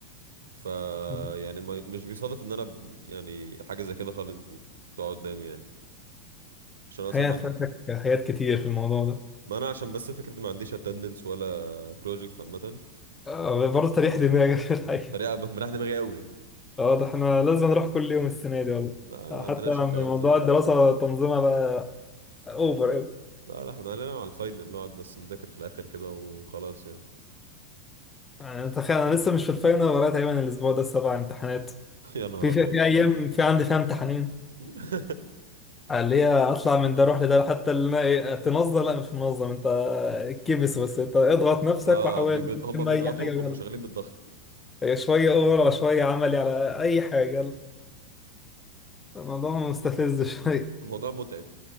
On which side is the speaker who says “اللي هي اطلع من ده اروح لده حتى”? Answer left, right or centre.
Left